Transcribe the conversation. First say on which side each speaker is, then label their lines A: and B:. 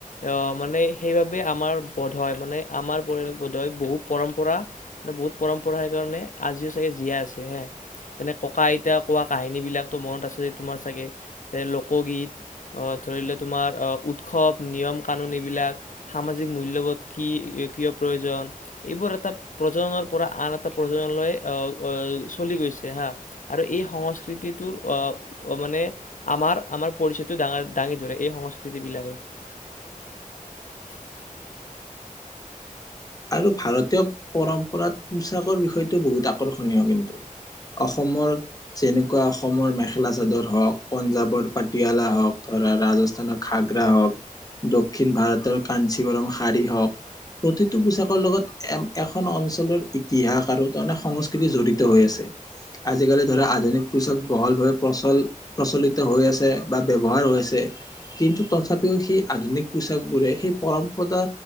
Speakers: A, on the left; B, on the left.
A: আহ মানে সেইবাবে আমাৰ বোধয় মানে আমাৰ পৰিয়াল বোধই বহু পৰম্পৰা- এ বহুত পৰম্পৰা সেইকাৰণে আজিও চাগে জীয়াই আছে হে। যেনে ককা আইতা কোৱা কাহিনীবিলাকতো মনত আছে তোমাৰ চাগে যে লোকগীত। অঁ ধৰি লৈ তোমাৰ আহ উৎসৱ নিয়ম কানুন এইবিলাক- সামাজিক মূল্যবোধ কি কিয় প্ৰয়োজন? এইবোৰ এটা প্ৰজনৰ পৰা আন এটা প্ৰজনলৈ আ আহ চলি গৈছে হা। আৰু এই সংস্কৃতিটোৰ অ মানে। আমাৰ আমাৰ পৰিচয়টো ডাঙ দাঙি ধৰে এই সংস্কৃতি বিলাকে। <unintelligible>
B: আৰু ভাৰতীয় পৰম্পৰাত পোচাকৰ বিষয়টো বহুত আকৰ্ষণীয় কিন্তু। অসমৰ- যেনেকুৱা অসমৰ মেখেলা চাদৰ হওঁক পঞ্জাৱৰ পাটিয়ালা হওঁক ধৰা ৰাজ- ঘাগ্ৰা হওঁক দক্ষিণ ভাৰতৰ কাঞ্চী গৰম শাৰি হওঁক প্ৰতি- এই পোছাকৰ লগত এ এখন অঞ্চলৰ ইতিহাস আৰু তাৰমানে সংস্কৃতি জড়িত হৈ আছে। আজিকালি ধৰা আধুনিক পুচাক বহলভাৱে প্ৰচল- প্ৰচলিত হৈ আছে বা ব্যৱহাৰ হৈ আছে। কিন্তু তথাপিও সেই আধুনিক পোচাক বোৰে সেই পৰম্পদা